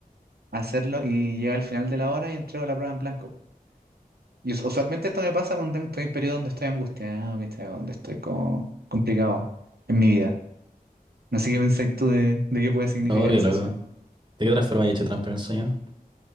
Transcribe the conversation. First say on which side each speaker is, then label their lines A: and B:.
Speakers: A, on the right (about 90°); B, on the right (about 30°).
A: hacerlo y llega al final de la hora y entrego la prueba en blanco. Y us- usualmente esto me pasa cuando estoy en periodo donde estoy angustiado, ¿cachai? Donde estoy como complicado en mi vida. No sé qué pensáis tú de, de qué puede significar
B: Oh, qué
A: ese
B: loco.
A: sueño.
B: ¿De qué otra forma he hecho trampa en el sueño?